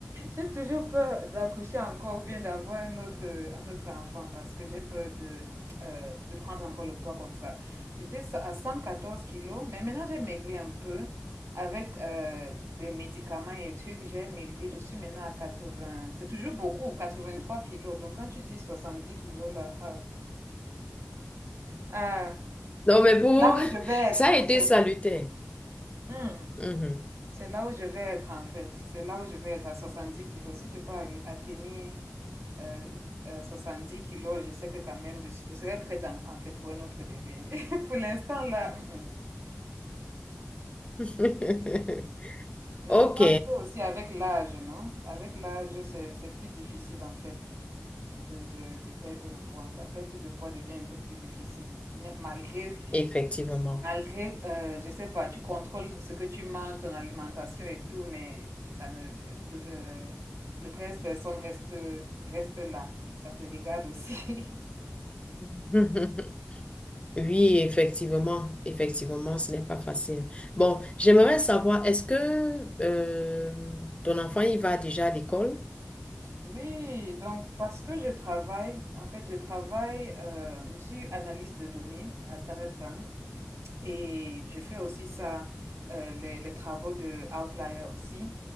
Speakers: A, on the right; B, on the left.
A: J'ai toujours peur d'accoucher encore ou bien d'avoir un autre, un autre enfant parce que j'ai peur de, euh, de prendre encore le poids comme ça. J'étais à 114 kilos, mais maintenant j'ai maigri un peu. Avec euh, des médicaments et trucs, j'ai maigri. Je suis maintenant à 80. C'est toujours beaucoup, 83 kilos. Donc quand tu dis 70 kilos, là, ah, ah,
B: Non, mais pour
A: là où je vais
B: ça
A: être en
B: a été
A: fait.
B: salutaire.
A: Hmm,
B: Mhm.
A: C'est là où je vais être en fait. C'est là où je vais être à 70 kilos. Si je peux arri- atteindre euh, euh, 70 kilos, je sais que quand même, je, suis- je serai prête en, en fait pour un autre bébé. <laughs> Pour l'instant là, hum, hum.
B: <laughs>
A: Mais
B: Ok,
A: je pense que aussi avec l'âge, non? Avec l'âge, c'est, c'est plus difficile en fait de, de, de perdre le poids. La perte de poids devient un peu plus difficile. Mais malgré
B: effectivement.
A: Malgré, euh, je sais pas, tu contrôles ce que tu manges, ton alimentation et tout, mais ça ne, le, euh, le pèse personne reste, reste là. Ça te regarde aussi. <laughs>
B: <laughs> Oui, effectivement, effectivement, ce n'est pas facile. Bon, j'aimerais savoir, est-ce que euh, ton enfant, il va déjà à l'école?
A: Oui, donc parce que je travaille, en fait, je travaille, euh, je suis analyste de données à Standard Bank et je fais aussi ça, euh, les, les travaux de Outlier aussi.